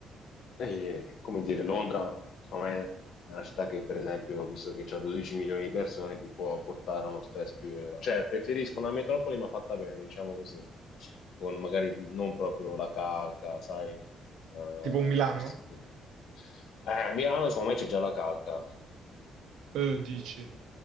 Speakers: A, on the left; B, on the right.
A: E, come dire, Londra, secondo me, è una città che, per esempio, visto che c'ha 12 milioni di persone, ti può portare uno stress più elevato. Cioè, preferisco una metropoli, ma fatta bene, diciamo così, con magari non proprio la calca, sai, eh,
B: tipo un Milano?
A: questi tipi di- Eh, a Milano, secondo me, c'è già la calca.
B: Eh, dici.